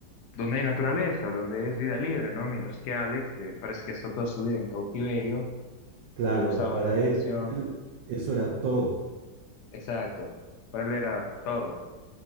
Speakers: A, on the left; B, on the right.
A: donde hay naturaleza, donde es vida libre, ¿no? Mientras que Alex eh, parece que está toda su vida en cautiverio
B: Claro,
A: y le gustaba
B: para
A: la atención.
B: él él eso era todo.
A: Exacto, para él era todo.